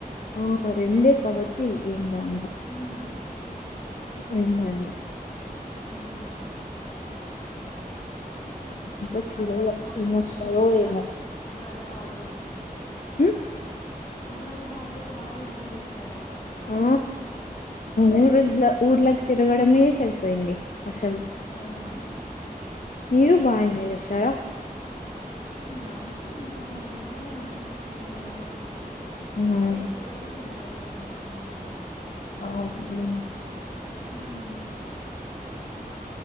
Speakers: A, on the left (about 55°); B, on the left (about 40°).
A: ఆ రెండే కాబట్టి అ ఏం లామి
B: ఉమ్
A: ఏం బయం లా
B: ఉహుమ్
A: ఇంకా చూడుల
B: బాగా
A: ఎవరు
B: ఎంజాయ్
A: వస్తారు
B: చేసినారా
A: ఏమో
B: ఉగాది హాలిడేస్
A: ఉమ్
B: ఉగాది హాలిడేస్ బాగా ఎంజాయ్ చేశారా
A: ఆ ఊరుద్ల ఊర్లాకి తిరుగడమే సరిపోయింది అసలు
B: అవునా
A: మీరు బాగా ఎంజాయ్ చేసారా
B: మామూలు ఇంకా నేను ఇంట్లోనే ఉన్నా ఎక్కడికి వెళ్ళలేదా
A: హ్మ్
B: చేసుకోవడం తినడం మా ఇంట్లో అంతే
A: ఆ ఉహుమ్
B: హమ్